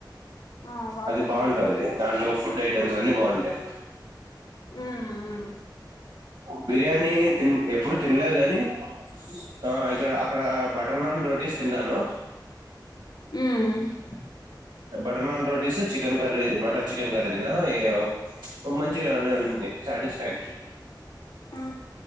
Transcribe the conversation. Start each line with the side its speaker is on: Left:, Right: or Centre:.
Left: ఆ వాళ్ళది
Right: అది బాగుంటది
Left: తిన్నా
Right: దాంట్లో ఫుడ్ ఐటమ్స్ అన్ని బాగుంటాయి.
Left: ఉమ్ ఉమ్
Right: బిర్యానీ తి ఎప్పుడు తినలేదు కానీ ఆ ఇక్కడ అక్కడ బటర్ నాన్ రోటీస్ తిన్నాను.
Left: హ్మ్....
Right: butter naan rotis, chicken curry, butter chicken curry తిన ఈ ఒమంచిగానే ఉంది సాటిస్పైట్.
Left: ఆ